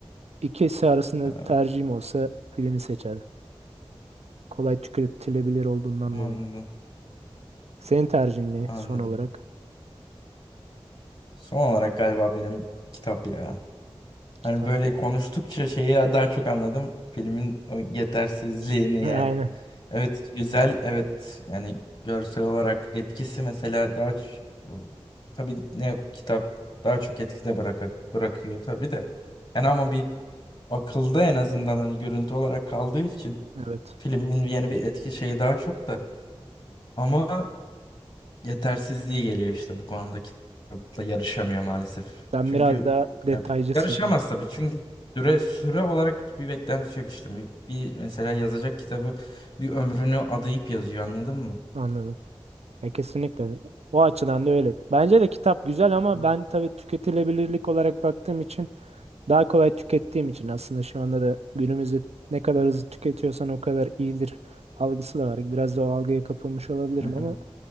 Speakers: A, on the right; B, on the left.
A: ikisi arasında
B: Ha,
A: tercihim olsa filmi seçerdim. kolay tüketilebilir olduğundan
B: anladım,
A: dolayı. Senin tercihin ne
B: anladım.
A: son olarak?
B: Son olarak galiba benim kitap ya.
A: Kitap.
B: Hani böyle konuştukça şeyi daha çok anladım. Filmin o yetersizliğini
A: <laughs> Aynen.
B: yani. Evet güzel, evet yani görsel olarak etkisi mesela daha ç- tabii ne kitap daha çok etkide bıraka, bırakıyor tabii de. Yani ama bir akılda en azından hani görüntü olarak kaldığı için
A: Evet.
B: Filmin yeni bir etki şeyi daha çok da ama yetersizliği geliyor işte bu konuda kitapla yarışamıyor maalesef.
A: Sen
B: Çünkü
A: biraz daha detaycısın.
B: ya bir- yarışamaz tabii çünkü süre süre olarak bir beklenti yok işte. Bir, bir mesela yazacak kitabı bir ömrünü adayıp yazıyor anladın mı?
A: Anladım. E, kesinlikle. O açıdan da öyle. Bence de kitap güzel ama
B: Hı hı.
A: ben tabii tüketilebilirlik olarak baktığım için daha kolay tükettiğim için aslında şu anda da günümüzde ne kadar hızlı tüketiyorsan o kadar iyidir algısı da var. Biraz da o algıya kapılmış olabilirim
B: Hı hı.
A: ama